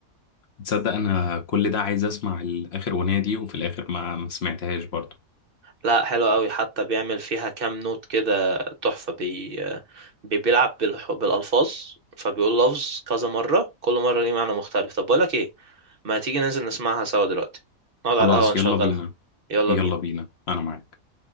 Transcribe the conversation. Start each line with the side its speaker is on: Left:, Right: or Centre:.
Left: تصدق أنا كل ده عايز أسمع الآخر أغنية دي وفي الآخر ما ما سمعتهاش برضه
Right: لا حلوة قوي حتى بيعمل فيها كام نوت كده تحفة بي بي- بيلعب بالح- بالألفاظ فبيقول لفظ كذا مرة كل مرة ليه معنى مختلف طب بقولك إيه ما تيجي ننزل نسمعها سوا دلوقتي نقعد
Left: خلاص
Right: على القهوة نشغلها
Left: يلا بينا
Right: يلا
Left: يلا
Right: بينا
Left: بينا انا معاك